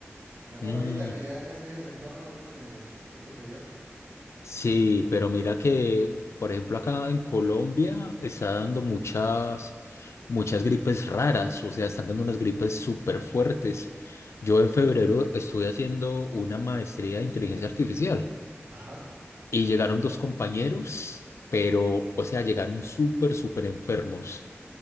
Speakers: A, on the right; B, on the left.
A: Mejor
B: Mm,
A: ahorita que ya casi nadie se enferma fue que me, fue que me dio.
B: Sí, pero mira que, por ejemplo, acá en Colombia está dando muchas, muchas gripes raras, o sea, están dando unas gripes súper fuertes. Yo en febrero estuve haciendo una maestría de inteligencia artificial
A: Ajá,
B: y llegaron dos compañeros, pero, o sea, llegaron súper, súper enfermos